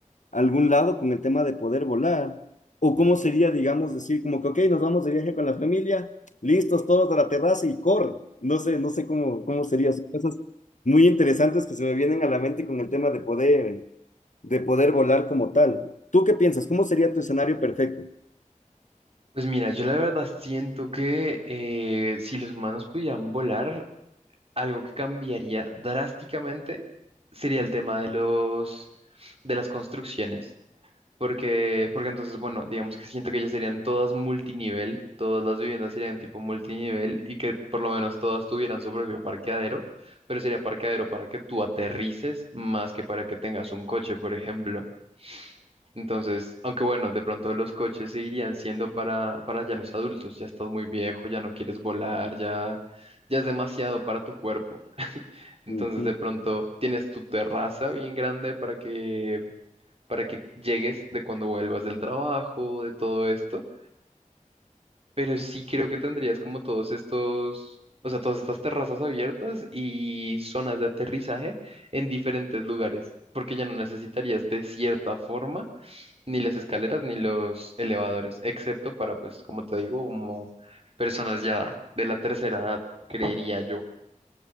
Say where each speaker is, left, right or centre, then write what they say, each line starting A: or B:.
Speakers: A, on the left (about 65°); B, on the right (about 45°).
A: a algún lado con el tema de poder volar, o cómo sería, digamos, decir como que, ok, nos vamos de viaje con la familia, listos todos a la terraza y corre, no sé, no sé cómo, cómo sería, son cosas muy interesantes que se me vienen a la mente con el tema de poder de poder volar como tal. ¿Tú qué piensas? ¿Cómo sería tu escenario perfecto?
B: Pues mira, yo la verdad siento que eh, si los humanos pudieran volar, Algo que cambiaría drásticamente sería el tema de los de las construcciones, porque porque entonces, bueno, digamos que siento que ya serían todas multinivel, todas las viviendas serían tipo multinivel y que por lo menos todas tuvieran su propio parqueadero, pero sería parqueadero para que tú aterrices más que para que tengas un coche, por ejemplo. Entonces, aunque bueno, de pronto los coches seguirían siendo para para ya los adultos, ya estás muy viejo, ya no quieres volar, ya ya es demasiado para tu cuerpo. Entonces
A: Ujú,
B: de pronto tienes tu terraza bien grande para que, para que llegues de cuando vuelvas del trabajo, de todo esto. Pero sí creo que tendrías como todos estos, o sea, todas estas terrazas abiertas y zonas de aterrizaje en diferentes lugares, porque ya no necesitarías de cierta forma ni las escaleras ni los elevadores, excepto para, pues, como te digo, como personas ya de la tercera edad, creería yo.